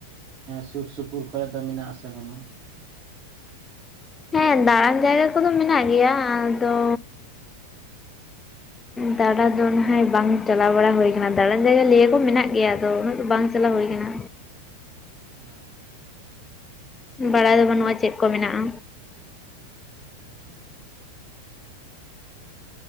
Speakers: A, on the right; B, on the left.
A: ᱥᱩᱨ ᱥᱩᱯᱩᱨ ᱠᱚᱨᱮ ᱫᱚ ᱢᱮᱱᱟᱜ ᱟᱥᱮ ᱵᱟᱹᱱᱩᱜᱼᱟ᱾
B: ᱦᱮᱸ ᱫᱟᱬᱟᱱ ᱡᱟᱭᱜᱟ ᱠᱚᱫᱚ ᱢᱮᱱᱟᱜ ᱜᱮᱭᱟ ᱟᱫᱚ
A: <inaudible>
B: ᱫᱟᱬᱟ ᱫᱚ ᱱᱟᱦᱟᱜ ᱵᱟᱝ ᱪᱟᱞᱟᱣ ᱵᱟᱲᱟ ᱦᱩᱭᱩᱠ ᱫᱟᱬᱟᱱ ᱡᱟᱭᱜᱟ ᱞᱟᱹᱭᱟ ᱠᱚ ᱢᱮᱱᱟᱜ ᱜᱮᱭᱟ ᱟᱫᱚ ᱩᱱᱟᱹᱜ ᱫᱚ ᱵᱟᱝ ᱪᱟᱞᱟᱣ ᱦᱩᱭ ᱠᱟᱱᱟ᱾
A: ᱟᱪᱷᱟ᱾
B: ᱵᱟᱲᱟᱭ ᱫᱚ ᱵᱟᱹᱱᱩᱜᱼᱟ ᱪᱮᱫ ᱠᱚ ᱢᱮᱱᱟᱜᱼᱟ᱾
A: <unintelligible>